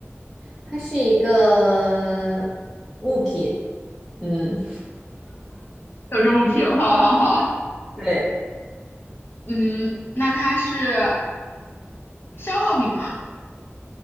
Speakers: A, in the centre; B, on the left.
A: 它是一个物品，嗯，
B: 有这物品，好好好。
A: 对，
B: 嗯，那它是消耗品吗？